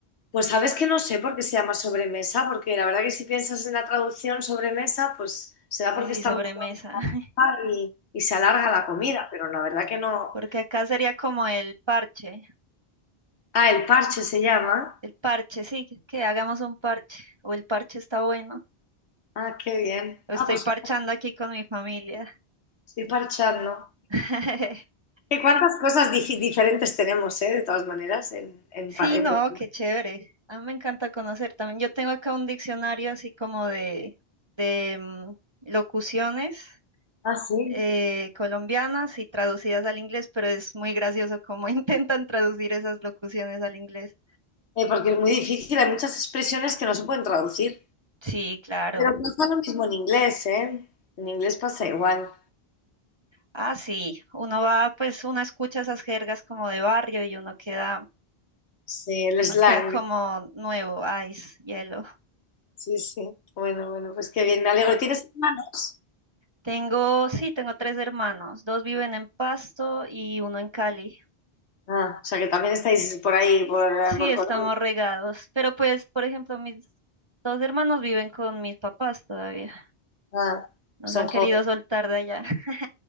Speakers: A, on the left; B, on the right.
A: Pues sabes que no sé por qué se llama sobremesa, porque la verdad que si piensas en la traducción sobremesa, pues será
B: pues
A: porque
B: sí,
A: estamos
B: sobremesa.
A: todos en la
B: <laughs>
A: mesa y, y se alarga la comida, pero la verdad que no.
B: Porque acá sería como el parche.
A: Ah, el parche se llama.
B: El parche, sí, que que hagamos un parche. O el parche está bueno.
A: Ah, qué bien.
B: Lo
A: Ah,
B: estoy
A: pues
B: parchando aquí con mi familia.
A: estoy parchando.
B: <laughs>
A: ¿Qué cuántas cosas difi- diferentes tenemos, eh, de todas maneras, en, en
B: Sí,
A: pa- época?
B: no, qué chévere. A mí me encanta conocer también. Yo tengo acá un diccionario así como de, de mm, locuciones
A: Ah, sí.
B: eh, colombianas y traducidas al inglés, pero es muy gracioso cómo <laughs> intentan traducir esas locuciones al inglés.
A: Eh, porque es muy difícil, hay muchas expresiones que no se pueden traducir.
B: Sí, claro.
A: Pero pasa lo mismo en inglés, ¿eh? En inglés pasa igual.
B: Ah, sí. Uno va, pues uno escucha esas jergas como de barrio y uno queda
A: Sí, el
B: Uno
A: slang.
B: queda como nuevo, ice, hielo.
A: Sí, sí. Bueno, bueno, pues qué bien, me alegro.
B: Ah,
A: ¿Tienes hermanos?
B: tengo, sí, tengo tres hermanos. Dos viven en Pasto y uno en Cali.
A: Ah, o sea que también estáis por ahí, por, eh,
B: Sí,
A: por
B: estamos
A: Colombia.
B: regados. Pero pues, por ejemplo, mis dos hermanos viven con mis papás todavía.
A: Ah,
B: Nos
A: son
B: han querido
A: jóvenes.
B: soltar de allá. <laughs>